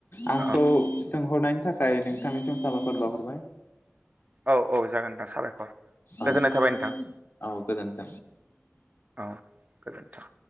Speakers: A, on the left (about 55°); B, on the right (about 35°).
A: आंखौ
B: औ
A: सोंहरनायनि थाखाय नोंथांनिसिम साबायखर बावहरबाय।
B: औ औ जागोन नोंथां साबायखर
A: औ
B: गोजोननाय थाबाय नोंथां।
A: औ गोजोन्थों
B: औ गोजोनथों।